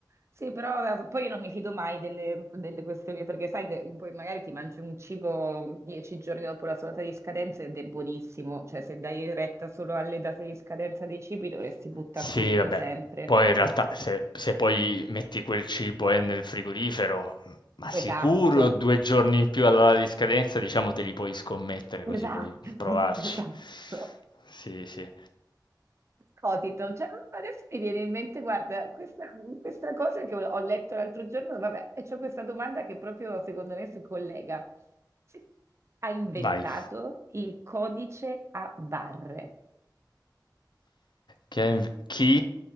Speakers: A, on the right; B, on the left.
A: Sì, però eh, poi io non mi fido mai delle, delle questioni, perché sai che poi magari ti mangi un cibo dieci giorni dopo la sua data di scadenza ed è buonissimo, cioè se dai retta solo alle date di scadenza dei cibi dovresti buttare
B: Sì,
A: tutto
B: vabbè.
A: sempre.
B: Poi in realtà se, se poi metti quel cibo eh, nel frigorifero, mm, ma
A: Esatto,
B: sicuro due giorni in più alla data di scadenza, diciamo, te li puoi scommettere,
A: esatto,
B: così puoi provarci.
A: <laughs> esatto.
B: Sì, sì.
A: Scotito, cioè, adesso mi viene in mente, guarda, questa, questa cosa che ho ho letto l'altro giorno, vabbè, e c'ho questa domanda che proprio secondo me si collega. Chi ha inventato
B: Vai.
A: il codice a barre?
B: Chi? ha inv- chi?